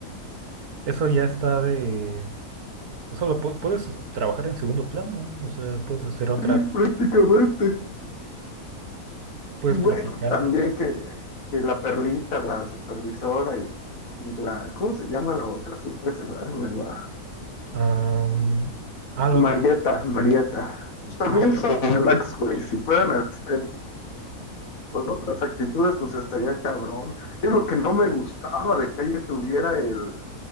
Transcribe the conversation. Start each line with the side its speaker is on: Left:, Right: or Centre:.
Right: Eso ya está de... Eso lo pu- puedes trabajar en segundo plano. O sea, puedes hacer otras,
Left: Sí, prácticamente.
Right: puedes
Left: Y bueno,
Right: platicar.
Left: también que, que la perlita, la supervisora y, y la, ¿cómo se llama la otra? Siempre se me me va.
Right: Am, ah, la
Left: Marieta,
Right: otra.
Left: Marieta. Pues también
Right: ah,
Left: son relax, güey. Si fueran así, con otras actitudes, pues estaría cabrón. Es lo que no me gustaba de que ahí estuviera el,